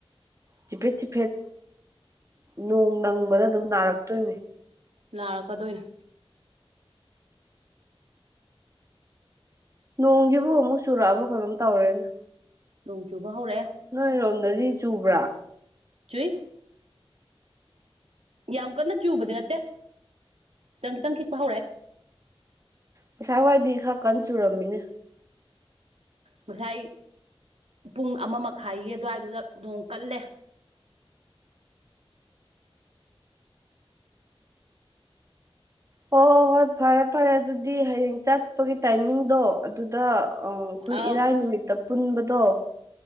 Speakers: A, on the right; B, on the right.
A: ꯆꯤꯐꯦꯠ ꯆꯤꯐꯦꯠ ꯅꯣꯡ ꯅꯪꯕꯗ ꯑꯗꯨꯝ ꯅꯥꯔꯛꯇꯣꯏꯅꯤ
B: ꯂꯅꯥꯔꯛꯀꯗꯣꯏꯅꯦ
A: ꯅꯣꯡꯒꯤꯕꯨ ꯑꯃꯨꯛ ꯆꯨꯔꯛꯑꯕ ꯀꯩꯅꯣꯝ ꯇꯧꯔꯦꯅ
B: ꯅꯣꯡ ꯆꯨꯕ ꯍꯧꯔꯛꯑꯦ
A: ꯅꯣꯏꯔꯣꯝꯗꯗꯤ ꯆꯨꯕ꯭ꯔꯥ
B: ꯇ꯭ꯨꯏ ꯌꯥꯝ ꯀꯟꯅ ꯆꯨꯕꯗꯤ ꯅꯠꯇꯦ ꯈꯤꯇꯪ ꯈꯤꯇꯪ ꯈꯤꯛꯄ ꯍꯧꯔꯛꯑꯦ
A: ꯄꯁꯥꯋꯥꯏꯗꯤ ꯈꯔ ꯀꯟ ꯆꯨꯔꯝꯃꯤꯅꯦ
B: ꯉꯁꯥꯏ ꯄꯨꯡ ꯑꯃ ꯃꯈꯥꯏꯒꯤ ꯑꯗꯨꯋꯥꯏꯗꯨꯗ ꯅꯣꯡ ꯀꯜꯂꯦ
A: ꯍꯣꯏ ꯍꯣꯏ ꯐꯔꯦ ꯐꯔꯦ ꯑꯗꯨꯗꯤ ꯍꯌꯦꯡ ꯆꯠꯄꯒꯤ ꯇꯥꯏꯃꯤꯡꯗꯣ ꯑꯗꯨꯗ ꯑ ꯑꯩꯈꯣꯏ
B: ꯑꯥꯎ
A: ꯏꯔꯥꯏ ꯅꯨꯃꯤꯠꯇ ꯄꯨꯟꯕꯗꯣ